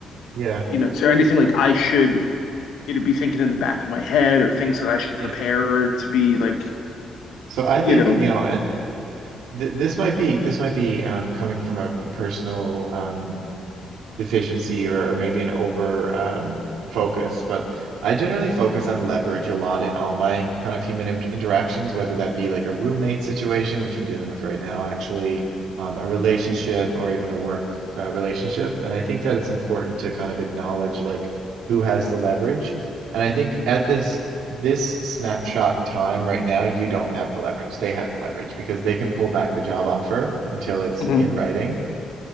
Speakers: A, on the right; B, on the left.
A: Yeah.
B: you know, is there anything like I should you know, be thinking in the back of my head or things that I should
A: Yeah.
B: prepare to be like,
A: So I think,
B: you know,
A: you know, and uh, th th- this might be this might be um coming from a, a personal um deficiency or, or maybe an over um, focus. But I generally focus on leverage a lot in all my kind of human int interactions, whether that be like a roommate situation, which I'm dealing with right now, actually, um, a relationship or even a work uh, relationship. And I think that it's important to kind of acknowledge like who has the leverage. And I think at this this snapshot in time right now, you don't have the leverage. They have the leverage because they can pull back the job offer until it's
B: Mhm.
A: in writing.